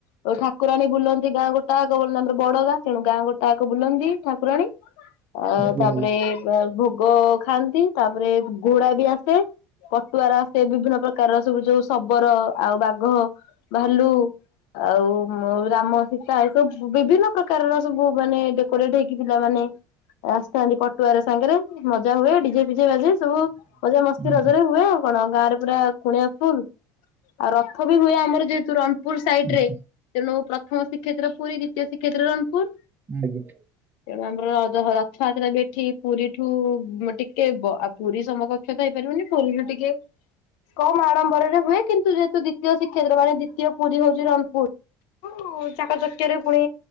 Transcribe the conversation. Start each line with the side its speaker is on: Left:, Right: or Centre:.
Left: ଆଉ ଠାକୁରାଣୀ ବୁଲନ୍ତି ଗାଁ ଗୋଟାଆଙ୍କ। ବ ଆମର ବଡ ଗାଁ ତେଣୁ ଗାଁ ଗୋଟାକ ବୁଲନ୍ତି ଠାକୁରାଣୀ। ଆ
Right: ଆଜ୍ଞା
Left: ତାପରେ
Right: ଆଜ୍ଞା
Left: ଅ ଭୋଗ ଖାଆନ୍ତି। ତାପରେ ଘୋଡା ବି ଆସେ। ପଟୁଆର ଆସେ ବିଭିନ୍ନ ପ୍ରକାରର ସବୁ ଯୋଉ ଶବର ଆଉ ବାଘ ଭାଲୁ। ଆଉ ଉମ ରାମ ସୀତା। ତ ବିଭିନ୍ନ ପ୍ରକାରର ସବୁ ମାନେ ଡେକୋରେଟ ହେଇକି ପିଲା ମାନେ ଆସିଥାନ୍ତି ପଟୁଆର ସାଙ୍ଗରେ ମଜା ହୁଏ। ଡିଜେ ଫିଜେ ବାଜେ। ସବୁ ମଜାମସ୍ତି
Right: ଆଜ୍ଞା
Left: ରଜରେ ହୁଏ ଆଉ। କଣ ଗାଁ ରେ ପୁରା କୁଣିଆ ଫୁଲ୍। ଆଉ ରଥ ବି ହୁଏ। ଆମର ଯେହେତୁ ର ଣପୁର ସାଇଡ୍
Right: ଆଜ୍ଞା
Left: ରେ ତେଣୁ ପ୍ରଥମ ଶ୍ରୀଷେତ୍ର ପୁରୀ। ଦିତୀୟ ଶ୍ରୀକ୍ଷେତ୍ର ରଣପୁର।
Right: ଆଜ୍ଞା।
Left: ତେଣୁ ଆମର ରଜ ରଥଯାତ୍ରା ବି ଏଠି ପୁରୀଠୁ ଟିକେ କେ ବ ଆଉ ପୁରୀ ସମକକ୍ଷ ତ ହେଇପାରିବନି। ପୁରୀରୁ ଟିକେ କମ ଆଡମ୍ବରରେ ହୁଏ। କିନ୍ତୁ ଯେହେ ତୁ ଦ୍ଵିତୀୟ ଶ୍ରୀକ୍ଷେତ୍ର ମାନେ ଦ୍ଵିତୀୟ ପୁରୀ ହଉଛି ରଣପୁର। ଚାକଚକ୍ୟରେ ପୁଣି